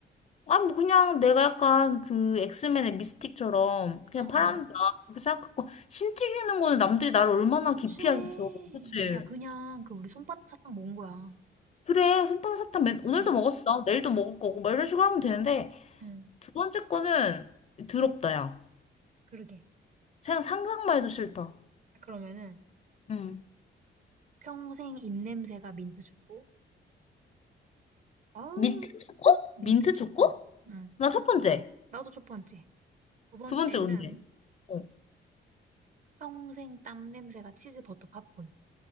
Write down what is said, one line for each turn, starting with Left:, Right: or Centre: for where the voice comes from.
Left: 아, 뭐, 그냥 내가 약간 그 엑스맨의 미스틱처럼 그냥
Right: 어, 어.
Left: 파란다. 그렇게 생각하고, 심 튀기는 거는 남들이 나를 얼마나
Right: 그치.
Left: 기피하겠어. 그치?
Right: 야, 그냥 그 우리 손바닥 사탕 먹은 거야.
Left: 그래, 솜방사탕 맨, 오늘도
Right: 응,
Left: 먹었어. 내일도 먹을 거고. 막 이런 식으로 하면 되는데,
Right: 응.
Left: 두 번째 거는 더럽다, 야.
Right: 그러게.
Left: 생각, 상상만 해도 싫다.
Right: 그러면은,
Left: 응.
Right: 평생 입냄새가 민트 초코. 아우,
Left: 민트 초코?
Right: 민트
Left: 민트
Right: 초코.
Left: 초코?
Right: 응.
Left: 나 첫 번째.
Right: 나도 첫 번째. 두 번째는
Left: 두 번째 뭔데? 어.
Right: 평생 땀 냄새가 치즈 버터 팝콘.